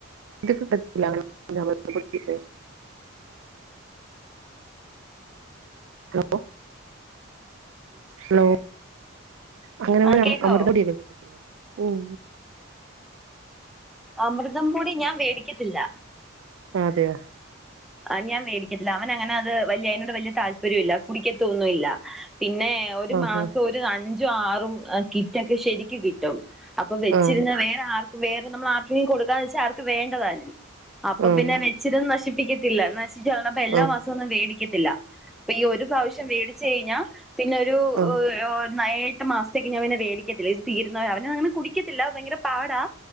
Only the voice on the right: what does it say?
ഇത് <unintelligible> <unintelligible> <unintelligible> <unintelligible> ഹലോ അംഗനവാടി
അം
അമൃതം പൊടിയൊക്കെ കിട്ടത്തില്ലെ ഉം
അതെയോ
ആഹ്
ആഹ്
ആഹ്
ആഹ്
ആഹ് ആഹ് ആഹ്